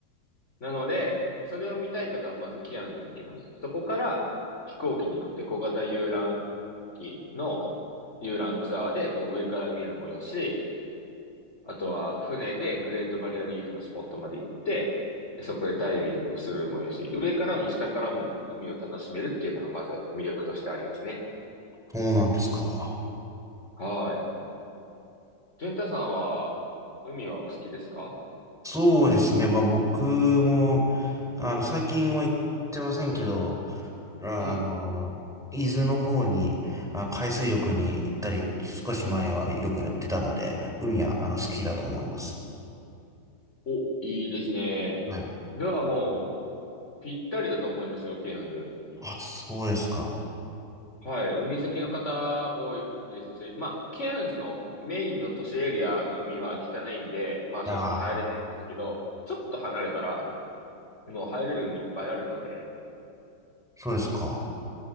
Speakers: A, on the left; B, in the centre.
A: なので、それを見たい方はまずケアンズに行きます。そこから飛行機に乗って小型遊覧機の遊覧ツアーでこう上から見るもよし、あとは船でグレートバリアリーフのスポットまで行って、でそこでダイビングをするもよし、上からも下からも海を楽しめるっていうのがまず魅力としてありますね。
B: そうなんですか。
A: はい。淳太さんは海はお好きですか
B: そうですね。まあ僕も、あの、最近は行ってませんけど、あの、
A: うん。
B: 伊豆の方に、あ、海水浴に行ったり、少し前はよくやってたので、海は、あの、好きだと思います。
A: お、いいですね。
B: はい。
A: ではもうぴったりだと思いますよ、ケアンズ。
B: あ、そうですか。
A: はい。海好きの方多いですし、まあ、ケアンズのメインの都市エリアの海は汚いんで、まあ正直入れないんですけど、
B: ああ、
A: ちょっと離れたら、もう入れる海いっぱいあるので、
B: そうですか。